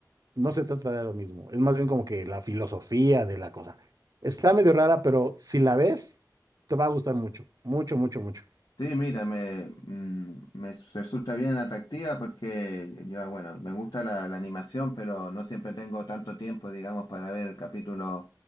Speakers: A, on the right; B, on the left.
A: no se trata de lo mismo, es más bien como que la filosofía de la cosa. Está medio rara, pero si la ves, te va a gustar mucho, mucho, mucho, mucho.
B: Sí, mira, me, mm, me s- resulta bien atractiva porque yo, bueno, me gusta la, la animación, pero no siempre tengo tanto tiempo, digamos, para ver capítulos